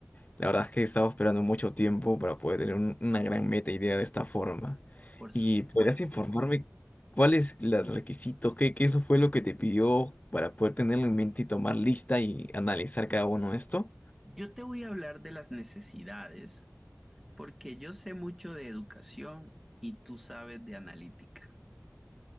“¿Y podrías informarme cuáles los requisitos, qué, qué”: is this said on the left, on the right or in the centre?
Left